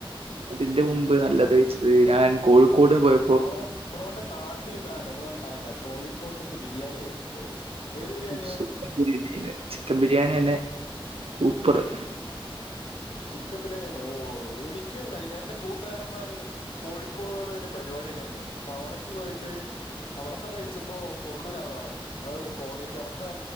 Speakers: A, on the right; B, on the left.
A: അതിന്റെ മുമ്പ് നല്ലത് കഴിച്ചത് ഞാൻ കോഴിക്കോട്ന്ന് പോയ
B: ബ്രോ ബ്രോന്റെ നാട്ടിന്ന് അന്നെ ബ്രോന്ന അന്നെ കോഴിക്കോട്ട് നിന്ന് ബിരിയാണി കഴിച്ചു ഓ ഏത് ബിരിയാണിയാ
A: സൂപ്പർ ബിരിയാണിന്ന് ചിക്കൻ ബിരിയാണി തന്നെ സൂപ്പറ്
B: ചിക്കൻ ബിരിയാണിന്നെ ഓ എനിക്കും കഴി എന്റെ കൂട്ടുകാരന്മാര് കോഴിക്കോട് ഒരു പരിപാടി ഉണ്ടായിരുന്നു അപ്പൊ അവിടക്ക് പോയിട്ട് അവിടെന്ന് കഴിച്ചപ്പോ കൊള്ളൂലാന്ന് പറഞ്ഞ് അ കോളേജ് അവിടുത്തെ